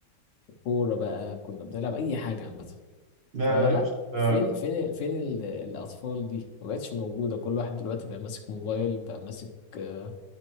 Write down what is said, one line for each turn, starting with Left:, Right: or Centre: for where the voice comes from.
Left: كورة بقى كنا بنلعب أي حاجة عامة
Right: لا
Left: فلا
Right: لا يا باشا آه،
Left: فين فين فين ال- الاطفال دي ما بقتش موجوده كل واحد دلوقتي بقى ماسك موبايل بقى ماسك آه،